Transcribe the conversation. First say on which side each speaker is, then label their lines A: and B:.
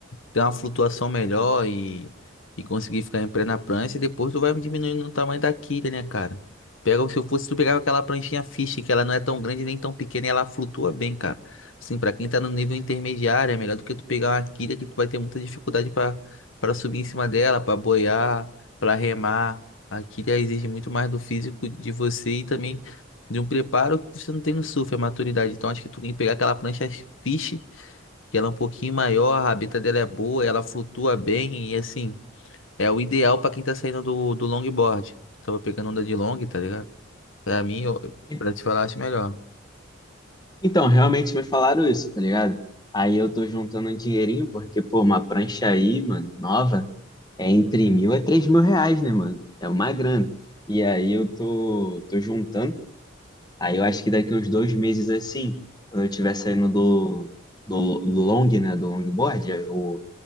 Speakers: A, on the left (about 75°); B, on the left (about 20°).
A: ter uma flutuação melhor e, e conseguir ficar em pé na prancha, e depois tu vai diminuindo o tamanho da quilha, né, cara? Pega, se eu fosse, tu pegava aquela pranchinha fish, que ela não é tão grande nem tão pequena, e ela flutua bem, cara. Assim, pra quem tá no nível intermediário, é melhor do que tu pegar uma quilha que tu vai ter muita dificuldade pra para subir em cima dela, pra boiar, pra remar. Aqui já exige muito mais do físico de você e também de um preparo que você não tem no surf, é maturidade. Então acho que tu tem que pegar aquela prancha fish, que ela é um pouquinho maior, a rabeta dela é boa, ela flutua bem e assim, é o ideal pra quem tá saindo do, do longboard. Eu tava pegando onda de long, tá ligado? Pra mim, eu,
B: E-
A: pra te falar, acho melhor.
B: Então, realmente me falaram isso, tá ligado? Aí eu tô juntando um dinheirinho, porque, pô, uma prancha aí, mano, nova, é entre mil a três mil reais, né, mano? É uma grana. E aí eu tô, tô juntando Aí eu acho que daqui uns dois meses assim, quando eu estiver saindo do, do, do long, né, do longboard, é o,